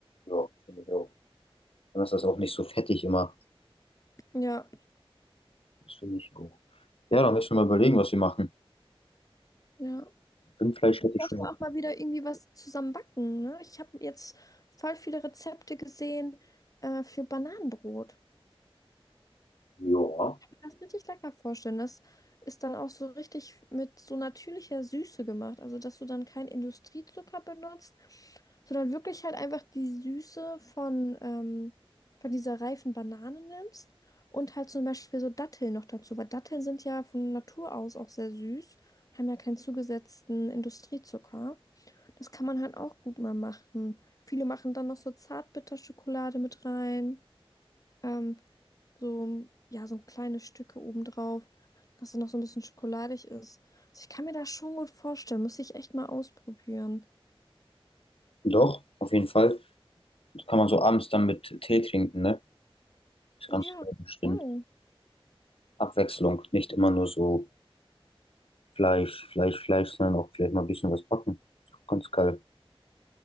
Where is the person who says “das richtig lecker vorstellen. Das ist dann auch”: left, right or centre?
Left